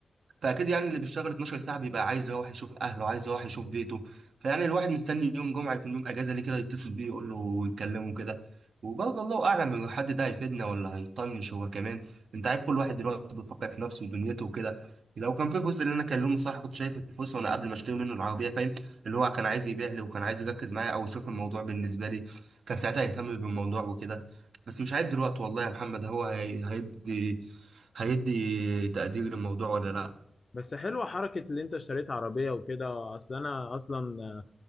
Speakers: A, on the right (about 90°); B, on the left (about 40°).
A: فاكيد يعني اللي بيشتغل 12 ساعه بيبقى عايز يروح يشوف اهله عايز يروح يشوف بيته فيعني الواحد مستني يوم جمعه يكون يوم اجازه ليه كده يتصل بيه يقول له ويكلمه كده وبرضه الله اعلم الحد ده هيفيدنا ولا هيطنش هو كمان انت عارف كل واحد دلوقتي بيفكر في نفسه ودنيته وكده لو كان في جزء اللي انا كلمه صح كنت شايف الفلوس وانا قبل ما اشتري منه العربيه فاهم اللي هو كان عايز يبيع لي وكان عايز يركز معايا او يشوف الموضوع بالنسبه لي كان ساعتها يهتم بالموضوع وكده بس مش عارف دلوقتي والله يا محمد هو هي- هيدي هيدي تقدير للموضوع ولا
B: بس حلوه حركه اللي انت اشتريت عربيه وكده اصل انا اصلا آه،